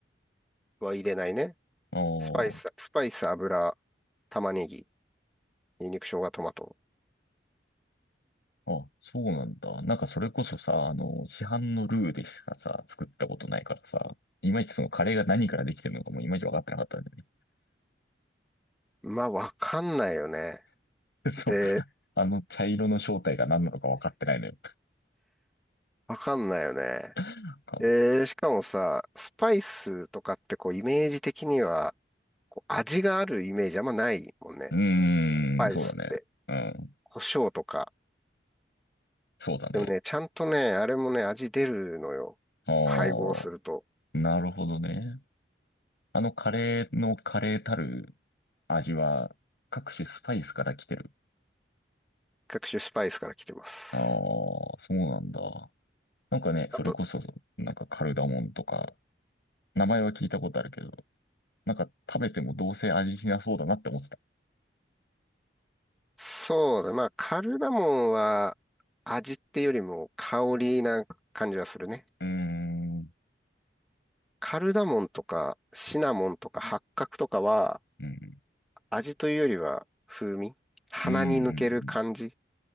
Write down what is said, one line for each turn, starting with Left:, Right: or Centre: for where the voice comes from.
Centre: は入れないね。
Left: ああ、
Centre: スパイス、スパイス、油、玉ねぎ、ニンニク、生姜、トマト。
Left: あ、そうなんだ。なんかそれこそさ、あの、市販のルーでしかさ、作ったことないからさ、いまいちそのカレーが何からできてるのかもいまいち分かってなかったんだよ
Centre: まあ、わかんないよね。
Left: ね。<laughs> そう。
Centre: で、
Left: あの茶色の正体が何なのか分かってないのよ。
Centre: わかんないよね。
Left: なんか
Centre: えー、しかもさ、スパイスとかってこう、イメージ的には、こう味があるイメージあんまないもんね。
Left: うーん、
Centre: スパイスって、
Left: そうだね。うん、
Centre: 胡椒とか。
Left: そうだね。
Centre: でもね、ちゃんとね、あれもね、味出るのよ。
Left: ああ、
Centre: 配合すると。
Left: なるほどね。あのカレーのカレーたる味は各種スパイスから来てる。
Centre: 各種スパイスから来てます。
Left: ああ、そうなんだ。なんかね、それこそ、
Centre: あと、
Left: なんかカルダモンとか、名前は聞いたことあるけど、なんか食べてもどうせ味しなそうだなって思ってた。
Centre: そうだ、まあ、カルダモンは味っていうよりも香りな感じはするね。
Left: うーん。
Centre: カルダモンとかシナモンとか八角とかは
Left: うん。
Centre: 味というよりは風味鼻に抜ける感じ
Left: うん。うん